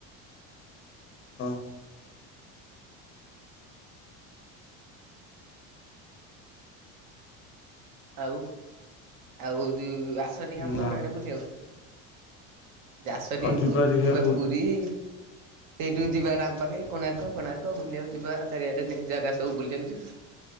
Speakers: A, on the left (about 35°); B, on the right (about 55°).
A: ହଁ।
B: ଆଉ ଆଉ ଆସ ଟିକେ ଆମ
A: ନା
B: ଘର ଆଡେ ବୁଲିଆକୁ। ଆସ
A: ହଁ
B: ଟିକେ
A: ଦେଖିବା
B: ଯିବା
A: କୋଉଠି
B: ପୁରୀ। ସେଇଠୁ ଯିବା ରାମବାଖେ କୋଣାର୍କ କୋଣାର୍କ ବୁଲିବାକୁ ଯିବା ଚାରିଆଡେ ଜାଗା ସବୁ ବୁଲିବାକୁ ଯିବା।